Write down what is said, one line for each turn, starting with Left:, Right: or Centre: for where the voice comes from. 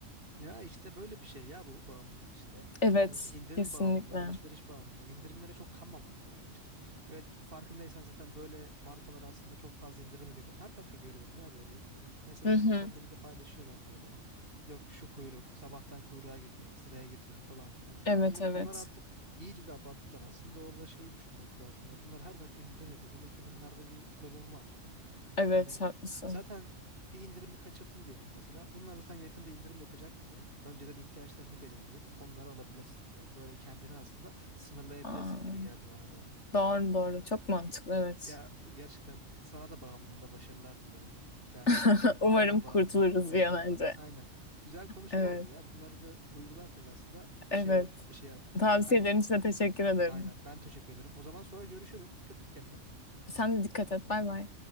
Right: Ya işte böyle bir şey ya bu bağımlılık işte.
Left: Evet,
Right: Hani indirim
Left: kesinlikle.
Right: bağımlılığı, alışveriş bağımlılığı. indirimlere çok kanmamak lazım işte. Evet farkındaysan zaten böyle markalar aslında çok fazla indirim yapıyor. Ben her dakika görüyorum ya böyle. Mesela
Left: Hı hı.
Right: sosyal medyada paylaşıyorlar böyle. Yok şu kuyruk, sabahtan kuyruğa girdiler, sıraya girdiler falan filan. Hani
Left: Evet evet.
Right: bunlar artık iyice de abarttılar. Aslında orada şeyi düşünmek lazım ya. Bunlar her dakika indirim yapıyor. Demek ki bunlarda bir durum var.
Left: Evet
Right: Hani
Left: haklısın.
Right: zaten bir indirimi kaçırdın diyelim mesela. Bunlar zaten yakında indirim yapacak diye önceden ihtiyaçlarını belirleyip onları alabilirsin falan. Böyle kendini aslında sınırlayabilirsin
Left: Aa,
Right: gibi geldi bana da. <laughs>
Left: doğru doğru. Çok mantıklı evet.
Right: Ya gerçekten sana da bağımlılığında başarılar dilerim. Yani
Left: <laughs>
Right: <laughs> bana
Left: Umarım
Right: da bağımlılıkta
Left: kurtuluruz
Right: başarılar.
Left: bir an önce.
Right: Aynen. Güzel konuşma
Left: Evet.
Right: oldu ya. Bunları da uygularsak aslında şey
Left: Evet.
Right: olur, işe yarar.
Left: Tavsiyelerin
Right: Ben
Left: için de teşekkür ederim.
Right: aynen ben teşekkür ederim. O zaman sonra görüşürüz. Dikkat et kendine.
Left: Sen de dikkat et. Bay bay.